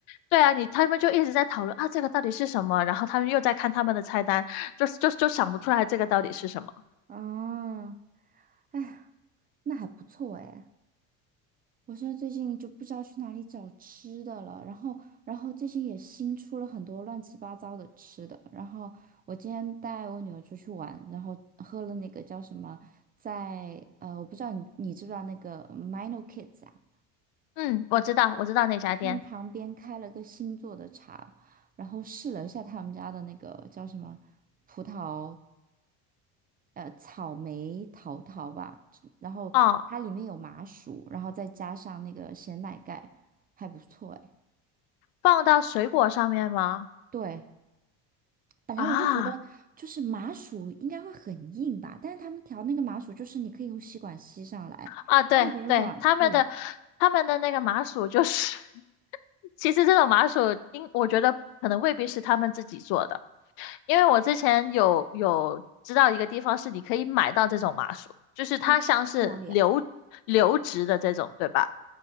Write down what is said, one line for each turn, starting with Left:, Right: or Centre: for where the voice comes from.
Left: 对啊，你他们就一直在讨论啊，这个到底是什么？然后他们又在看他们的菜单，就就就想不出来这个到底是什么。
Right: 哦，哎呀，那还不错哎。我现在最近就不知道去哪里找吃的了，然后，然后最近也新出了很多乱七八糟的吃的。然后我今天带我女儿出去玩，然后喝了那个叫什么，在呃，我不知道你你知不知道那个 Mino Kids 啊？
Left: 嗯，我知道，我知道那家店。
Right: 对，他们旁边开了个新做的茶，然后试了一下他们家的那个叫什么葡萄，呃，草莓桃桃吧，然后它里面有麻薯，
Left: 哦，
Right: 然后再加上那个咸奶盖，还不错哎。
Left: 放到水果上面吗？
Right: 对，本来我会觉得就是麻薯应该会很硬吧，
Left: 啊
Right: 但是他们调那个麻薯就是你可以用吸管吸上来，
Left: 啊，对对，
Right: 特别软。
Left: 他们的
Right: 对，
Left: 他们的那个麻薯就是 <laughs> 其实这种麻薯，应我觉得可能未必是他们自己做的，因为我之前有有知道一个地方是你可以买到这种麻薯，就是它像是流流质的这种，
Right: 哦，在哪里啊？
Left: 对吧？